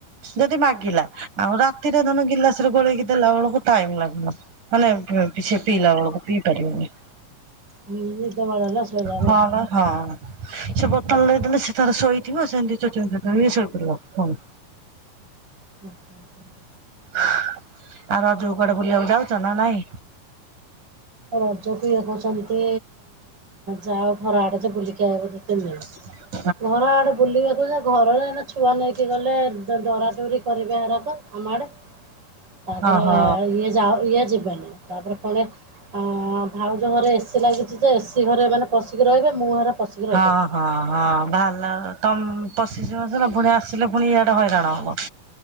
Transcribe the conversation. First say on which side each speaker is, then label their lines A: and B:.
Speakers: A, on the right; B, on the right.
A: ଯଦି ମାଗିଲା ଆଉ ରାତିରେ ଧାନ ଗିଲାସରେ ଗୋଳେଇକି ଦେଲା ବେଳକୁ ଟାଇମ ଲାଗିବ। ମାନେ ଏବେ <unintelligible> ପିଇଲା ବେଳକୁ ପିଇ ପାରିବନି।
B: ହୁଁ ମାଡ଼ିଲା ଶୋଇଲା ବେଳୁ
A: ହଁ ବା ହଁ। ସେ ବୋତଲରେ ଦେଲେ ସେତାର ଶୋଇଥିବ ସେମିତି ଚୁଚୁମି ଚୁଚୁମି ଶୋଇପଡିବ ପୁଣି
B: <inaudible>
A: ଆଉ ରଜକୁ କୁଆଡେ ବୁଲିବାକୁ ଯାଉଛ ନା ନାଇଁ।
B: ରଜକୁ ଇଏ କହୁଛନ୍ତି ଯାଅ ଘର ଆଡେ ଯେ ବୁଲିକି ଆଇବ ଦି ତିନି ଦିନ।
A: <inaudible>
B: ଘର ଆଡେ ବୁଲିବାକୁ ଯେ ଘରରେ ଛୁଆ ନେଇକି ଗଲେ ଡରାଡରି କରିବେ ହେରାକ। ଆମଆଡେ ତାପରେ
A: ଓହୋ।
B: ଇଏ ଯା ଇଏ ଯିବେନି ତାପରେ ପୁଣି ଭାଉଜ ଘରେ ଏସିି ଲାଗିଛି ଯେ ଏସିି ଘରେ ମାନେ ପଶିକି ରହିବେ ମୁଁ ଘରେ। ପଶିକି ରହିପାରିବିନି।
A: ହଁ ହଁ ହଁ ବାହାରଲା ତମ ପଶିଯିବସିନା ପୁଣି ଆସିଲେ ପୁଣି ଇଆଡେ ହଇରାଣ ହବ।